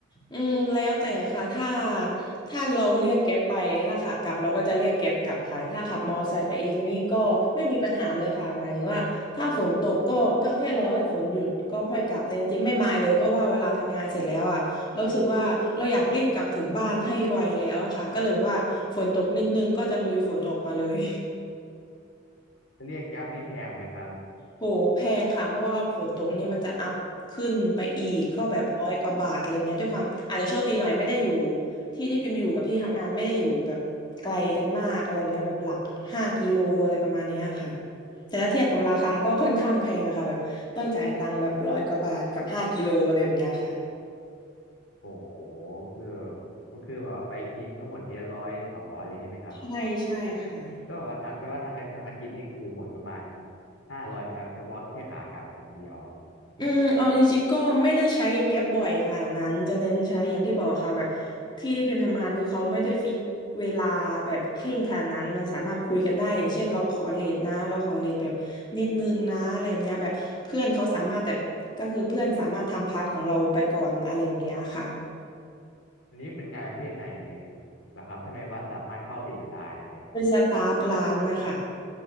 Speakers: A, on the left (about 25°); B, on the left (about 85°).
A: อืมแล้วแต่ค่ะถ้าถ้าเราเรียกแก๊ปไปถ้าขากลับเราก็จะเรียกแก๊ปกลับค่ะถ้าขับมอไซค์ไปเองนี่ก็ไม่มีปัญหาเลยค่ะหมายถึงว่าถ้าฝนตกก็ก็แค่รอให้ฝนหยุดก็ค่อยกลับแต่จริงๆไม่มายเลยเพราะว่าเวลาทำงานเสร็จแล้วอ่ะเรารู้สึกว่าเราอยากรีบกลับถึงบ้านให้ไวแล้วอะค่ะก็เลยแบบว่าฝนตกนิดนึงก็จะลุยฝนออกมาเลย
B: แล้วเรียกแกร็บนี่แพงไหมครับ
A: โหแพงค่ะเพราะว่าฝนตกนี่มันจะอัพขึ้นไปอีกก็แบบร้อยกว่าบาทอะไรแบบเนี้ยด้วยความอาจจะโชคดีหน่อยไม่ได้อยู่ที่ที่พิมพ์อยู่กับที่ทำงานไม่ได้อยู่แบบไกลกันมากอะไรแบบเนี้ยแบบหลักห้ากิโลอะไรประมาณเนี้ยค่ะแต่ถ้าเทียบกับราคาก็ค่อนข้างแพงอะค่ะแบบต้องจ่ายตังค์แบบร้อยกว่าบาทกับห้ากิโลอะไรแบบเนี้ยค่ะ
B: โหคือก็คือแบบว่าไปทีนึงก็หมดทีละร้อยสองร้อยเลยใช่ไหมครับ
A: ใช่ใช่ค่ะ
B: ก็แบบว่าทางแปลว่าทางทางอาทิตย์นี่คือหมดประมาณห้าร้อยไหมครับเฉพาะแค่ขากลับอย่างเดียว
A: อืมเอาจริงๆก็ไม่ได้ใช้แก๊ปบ่อยค่ะนั้นจะเน้นใช้อย่างที่บอกค่ะแบบที่ที่พิมพ์ทำงานคือเขาไม่ได้ฟิกเวลาแบบเคร่งขนาดนั้นมันสามารถคุยกันได้อย่างเช่นเราขอเลทนะเราขอเลทแบบนิดนึงนะอะไรแบบเนี้ยแบบเพื่อนเขาสามารถแบบก็คือเพื่อนสามารถทำพาร์ทของเราไปก่อนอะไรแบบเนี้ยค่ะ
B: อันนี้เป็นงานประเภทไหนนะครับทำไมว่าสามารถเข้าเลทได้อะไรเงี้ย
A: เป็นสตาฟร้านนะคะ